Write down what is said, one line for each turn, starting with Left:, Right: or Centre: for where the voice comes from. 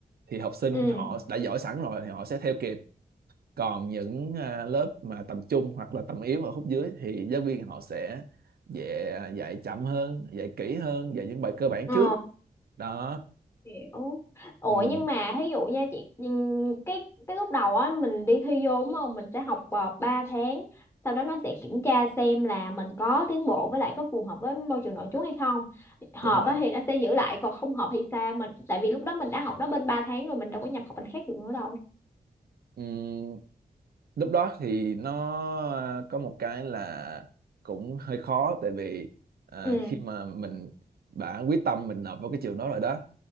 Right: thì học sinh
Left: ừ
Right: họ đã giỏi sẵn rồi thì họ sẽ theo kịp còn những à, lớp mà tầm trung hoặc là tầm yếu ở khúc dưới thì giáo viên họ sẽ dạy, à, dạy chậm hơn dạy kỹ hơn dạy những bài cơ bản
Left: ờ
Right: trước đó
Left: hiểu ủa
Right: ừ,
Left: nhưng mà ví dụ nha chị ừm, cái cái lúc đầu á mình đi thi vô đúng không mình sẽ học uh, 3 tháng sau đó nó sẽ kiểm tra xem là mình có tiến bộ với lại có phù hợp với môi trường nội trú hay không hợp
Right: đúng rồi
Left: á thì nó sẽ giữ lại còn không hợp thì sao mình tại vì lúc đó mình đã học nó bên ba tháng rồi mình đâu có nhập học bên khác được nữa đâu
Right: ừ, lúc đó thì nó à, có một cái là cũng hơi khó tại vì à,
Left: ừ
Right: khi mà mình đã quyết tâm mình nộp vào cái trường đó rồi đó